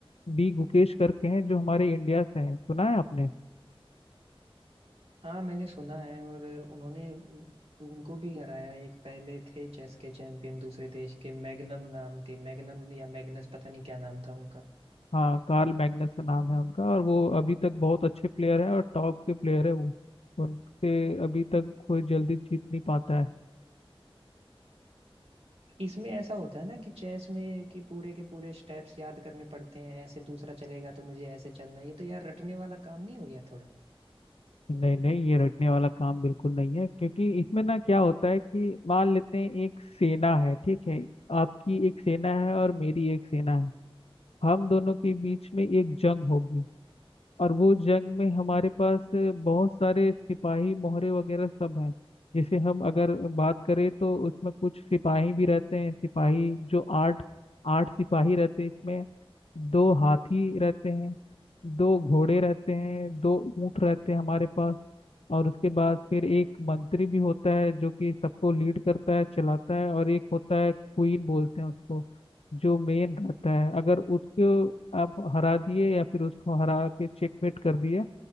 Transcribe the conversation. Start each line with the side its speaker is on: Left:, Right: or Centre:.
Left: डी गुकेश करके हैं जो हमारे इंडिया से हैं सुना है आपने
Right: हाँ मैंने सुना है और उन्होंने उन- उनको भी हराया एक पहले थे चेस के चैंपियन दूसरे देश के मैग्नम नाम के मैग्नम या मैग्नस पता नहीं क्या नाम था उनका
Left: हाँ कार्ल मैग्नस का नाम है उनका और वो अभी तक बहुत अच्छे प्लेयर है और टॉप के प्लेयर है वो उनके अभी तक कोई जल्दी जीत नहीं पाता है
Right: इसमें ऐसा होता है ना कि चेस में कि पूरे के पूरे स्टेप्स याद करने पड़ते हैं ऐसे दूसरा चलेगा तो मुझे ऐसे चलना है ये तो यार रटने वाला काम नहीं हो गया थोड़ा
Left: नहीं नहीं ये रटने वाला काम बिल्कुल नहीं है क्योंकि इसमें ना क्या होता है कि मान लेते हैं एक सेना है ठीक है आपकी एक सेना है और मेरी एक सेना है हम दोनों के बीच में एक जंग होगी और वो जंग में हमारे पास बहुत सारे सिपाही मोहरे वगैरह सब हैं जैसे हम अगर बात करें तो उसमें कुछ सिपाही भी रहते हैं सिपाही जो आठ आठ सिपाही रहते हैं इसमें दो हाथी रहते हैं दो घोड़े रहते हैं दो ऊंट रहते हैं हमारे पास और उसके बाद फिर एक मंत्री भी होता है जो कि सबको लीड करता है चलाता है और एक होता है क्वीन बोलते हैं उसको जो मेन रहता है अगर उसको आप हरा दिए या फिर उसको हरा के चेकमेट कर दिए